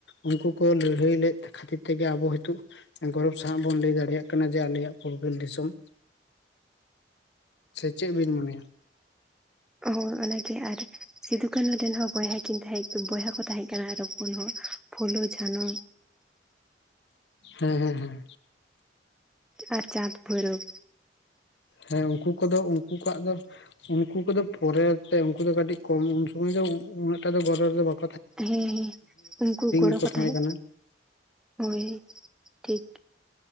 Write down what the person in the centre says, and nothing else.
ᱦ ᱟ ᱟᱨ ᱥᱤᱫᱩ ᱠᱟᱹᱱᱩ ᱨᱮᱱ ᱦᱚᱸ ᱵᱚᱭᱦᱟ ᱠᱤᱱ ᱛᱟᱦᱮᱸ ᱵᱚᱭᱦᱟ ᱠᱚ ᱛᱟᱦᱮᱸ ᱠᱟᱱᱟ ᱟᱨ ᱦᱚᱸ ᱯᱷᱳ ᱦᱚ ᱯᱷᱩᱞᱚ ᱡᱷᱟᱱᱚ ᱢᱷᱟᱱᱚ
ᱟᱨ ᱪᱟᱸᱫᱽ ᱵᱚᱭᱨᱚᱵᱽ
ᱦᱮᱸ ᱦᱮ ᱩᱱᱠᱩ ᱜᱚᱲᱚ
ᱠᱚ ᱛᱟᱦᱮᱸ
ᱦᱚᱭ ᱴᱷᱤᱠ